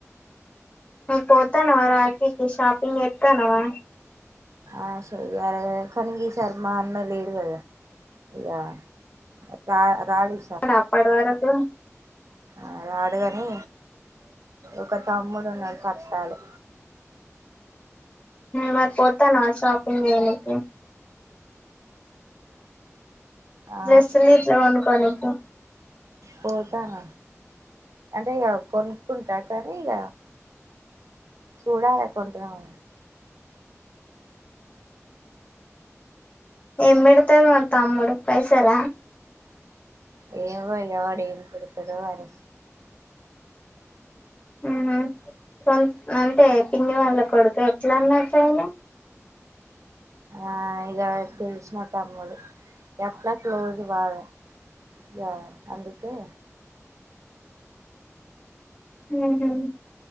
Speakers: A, on the left; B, on the right.
A: పోతానవా రాఖీ కి షాపింగ్ చేత్తనవా
B: ఆ చెయ్యాలి కదా కని ఈసారి మా అన్న లేడు కదా యా రా రాడి
A: డ అప్పడ వరకు
B: అ రాడుగాని ఒక తమ్ముడు ఉన్నాడు కట్టాలి
A: మరి పతానవా షాపింగ్ చేయనికి
B: ఆ
A: డ్రెస్లు ఇట్ల కొన్నుకొనికి
B: పోతాను అంటే ఇగ కొనుక్కుంటా కని ఇగ చూడాలి కొంటనెమో
A: ఏం బెడ్తారు మర్ తమ్ముడు పైసల
B: ఎమో ఇగ వాడేం పెడతాడో అని
A: ఉమ్ హు సొంత్ అంటే పిన్ని వాళ్ళ కొడుక ఎట్లా అన్నట్టు అయ్యిండు <unintelligible>
B: ఆ ఇక తెలిసిన తమ్ముడు యట్లా క్లోజ్ బాగా యా అందికే
A: ఉమ్ హు